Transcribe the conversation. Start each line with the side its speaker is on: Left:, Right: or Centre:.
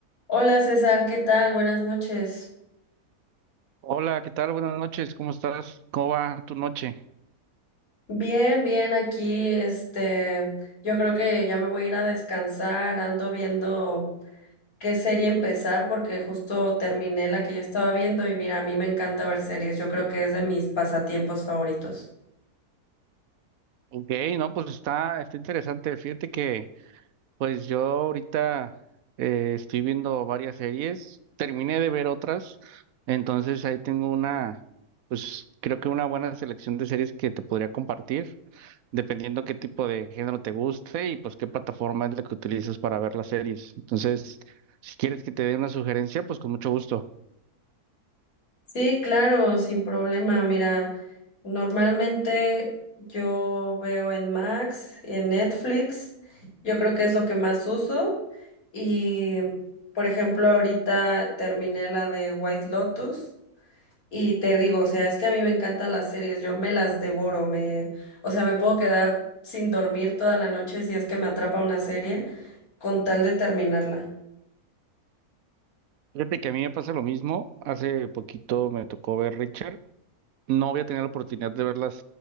Left: Hola César, ¿qué tal? Buenas noches.
Right: Hola, ¿qué tal? Buenas noches, ¿cómo estás? ¿Cómo va tu noche?
Left: Bien, bien, aquí, este, yo creo que ya me voy a ir a descansar, ando viendo qué serie empezar porque justo terminé la que yo estaba viendo y mira, a mí me encanta ver series, yo creo que es de mis pasatiempos favoritos.
Right: Ok, no, pues está, está interesante. Fíjate que pues yo ahorita eh, estoy viendo varias series, terminé de ver otras, entonces ahí tengo una, pues creo que una buena selección de series que te podría compartir, dependiendo qué tipo de género te guste y pues qué plataforma es la que utilizas para ver las series. Entonces, si quieres que te dé una sugerencia, pues con mucho gusto.
Left: Sí, claro, sin problema, mira, Normalmente yo veo en Max y en Netflix. Yo creo que es lo que más uso. Y, por ejemplo, ahorita terminé la de White Lotus y te digo, o sea, es que a mí me encantan las series, yo me las devoro, me, o sea, me puedo quedar sin dormir toda la noche si es que me atrapa una serie con tal de terminarla.
Right: Fíjate que a mí me pasa lo mismo. Hace poquito me tocó ver Richard. No había tenido la oportunidad de ver las